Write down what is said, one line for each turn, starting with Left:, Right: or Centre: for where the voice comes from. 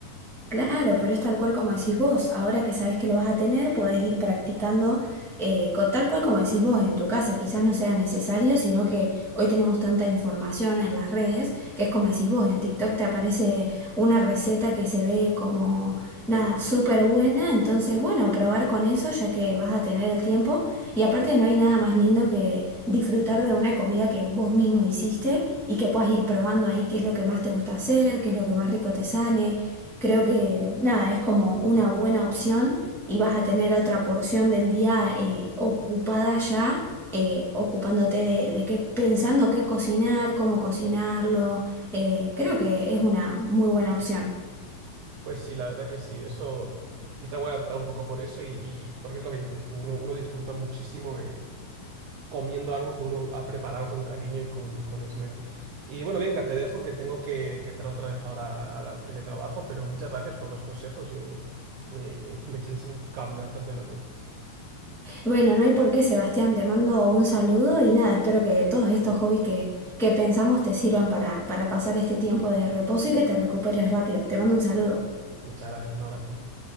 Centre: Claro, pero es tal cual como decís vos. Ahora que sabés que lo vas a tener, podés ir practicando eh, co- tal cual como decís vos en tu casa. Quizás no sea necesario, sino que hoy tenemos tanta información en las redes que es como decís vos. En TikTok te aparece una receta que se ve como nada, súper buena. Entonces, bueno, probar con eso ya que vas a tener el tiempo. Y aparte no hay nada más lindo que disfrutar de una comida que vos mismo hiciste y que puedas ir probando ahí qué es lo que más te gusta hacer, qué es lo que más rico te sale. Creo que nada, es como una buena opción y vas a tener otra porción del día eh, ocupada ya, eh, ocupándote de, de qué, pensando qué cocinar, cómo cocinarlo. eh, creo que es una muy buena opción.
Right: Pues sí, la verdad que sí, eso quizá voy a adaptar un poco por eso y, y- porque es lo que dices tú, uno, uno disfruta muchísimo eh, comiendo algo que uno ha preparado con cariño y con, con esmero. Y bueno, Bianca, te dejo que tengo que, que entrar otra vez ahora al al teletrabajo, pero muchas gracias por los consejos y me, me, <laughs> me echas un cable bastante grande.
Centre: Bueno, no hay por qué, Sebastián, te mando un saludo y nada, espero que todos estos hobbies que, que pensamos te sirvan para, para pasar este tiempo de reposo y que te recuperes rápido. Te mando un saludo.
Right: Muchas gracias, un abrazo.